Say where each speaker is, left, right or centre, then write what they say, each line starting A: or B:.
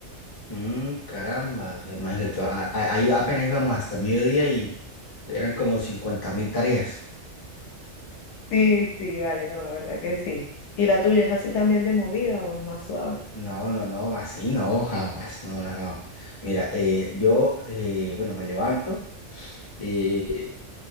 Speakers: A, on the left; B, on the left.
A: Mm, caramba, o sea, imagínate, tú, a- a- ahí apenas íbamos hasta mediodía y eran como cincuenta mil tareas.
B: Sí, sí, vale, no, la verdad que sí. ¿Y la tuya es así también de movida o es más suave?
A: No, no, no, así no, jamás, no, no, no. Mira, eh, yo, eh, bueno, me levanto, eh,